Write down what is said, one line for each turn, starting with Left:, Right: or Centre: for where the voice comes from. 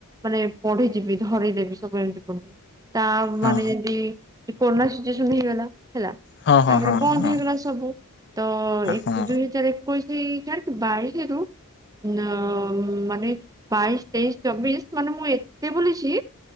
Right: ମାନେ ପଢିଯିବି ଧରିଦେବି ସବୁ ଏମିତି କରୁ। ତା
Left: ହଁ
Right: ମାନେ ଯେଁତି କୋରୋନା ସିଚୁଏସନ୍ ହେଇଗଲା ହେଲା।
Left: ହଁ ହଁ
Right: ତା'ପରେ
Left: ହଁ
Right: ବନ୍ଦ
Left: ହଁ
Right: ହେଇଗଲା ସବୁ। ତ ଏକ
Left: ହଁ
Right: ଦୁଇ ହଜାର ଏକୋଇଶି ଛାଡୁ ବାଇଶିରୁ ନଅ-ଅ ମାନେ ବାଇଶ, ତେଇଶ, ଚବିଶ ମାନେ ମୁଁ ଏତେ ବୁଲିଛି।